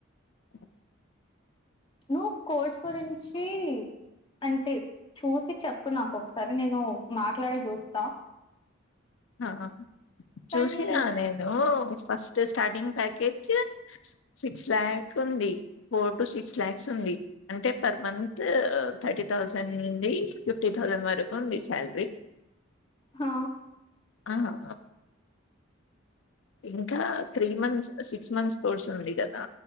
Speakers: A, on the left (about 70°); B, on the left (about 25°).
A: ఉ
B: నువ్వు కోర్స్ గురించి అంటే చూసి చెప్పు నాకు ఒకసారి నేను మాట్లాడీ చూస్తా
A: ఆ
B: కానీ
A: చూసిన నేను first starting package six lakhs ఉంది ఫోర్ టు సిక్స్ లాక్స్ ఉంది అంటే పర్ మంత్ థర్టీ థౌసండ్ తాటి తసెండ్ నుండి ఫిఫ్టీ థౌజండ్ వరకు ఉంది శాలరీ
B: హ
A: ఆ హు
B: ఆ
A: ఇంకా three months six months course ఉంది కదా